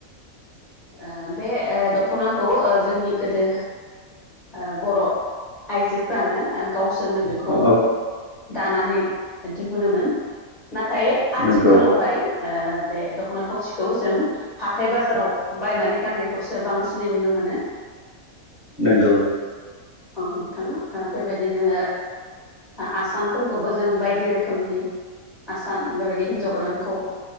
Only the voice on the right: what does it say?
औ
नंगौ
नंगौ।